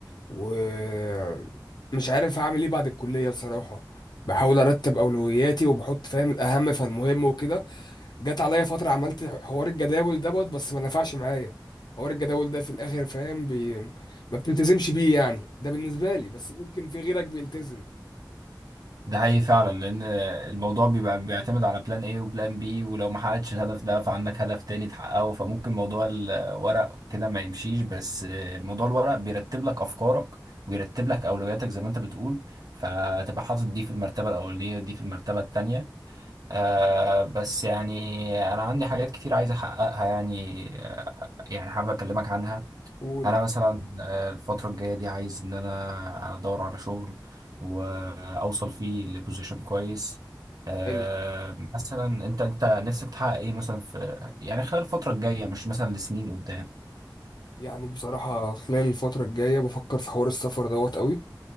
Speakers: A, on the left; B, on the right.
A: ومش عارف هعمل ايه بعد الكلية بصراحة بحاول ارتب اولوياتي وبحط فاهم الاهم فالمهم وكده جت عليا فترة عملت حوار الجداول دوت بس ما نفعش معايا حوار الجداول ده في الاخر فاهم بي... ما بتلتزمش بيه يعني ده بالنسبة لي بس ممكن في غيرك بيلتزم
B: ده حقيقي فعلا لان الموضوع بيبقى بيعتمد على بلان ايه وبلان بي ولو ما حققتش الهدف ده فعندك هدف تاني تحققه فممكن موضوع الورق كده ما يمشيش بس موضوع الورق بيرتب لك افكارك ويرتب لك اولوياتك زي ما انت بتقول فتبقى حاطط دي في المرتبة الاولانية ودي في المرتبة التانية آه بس يعني انا عندي حاجات كتير عايز احققها يعني آه، يعني حابب اكلمك عنها
A: قول
B: انا مثلا آه، الفتره الجايه دي عايز ان انا ادور على شغل واوصل فيه لبوزيشن كويس آه،
A: حلو
B: مثلا انت انت نفسك تحقق ايه مثلا في يعني خلال الفتره الجايه مش مثلا لسنين قدام
A: يعني بصراحة خلال الفترة الجاية بفكر في حوار السفر دوت قوي